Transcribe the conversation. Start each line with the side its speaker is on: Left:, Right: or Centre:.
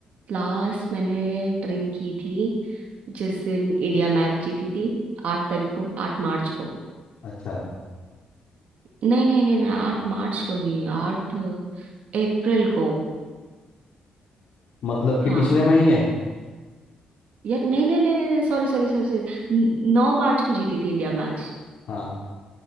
Right: लास्ट मैंने ड्रिंक की थी जिस दिन इंडिया मैच जीती थी आठ तारीख को आठ मार्च को
Left: अच्छा
Right: नहीं नहीं नहीं नहीं आठ मार्च को नहीं आठ अप्रैल को
Left: मतलब
Right: हाँ
Left: कि पिछले महीने
Right: यार नहीं नहीं नहीं नहीं सॉरी सॉरी सॉरी सॉरी नौ मार्च को जीती थी इंडिया मैच
Left: हाँ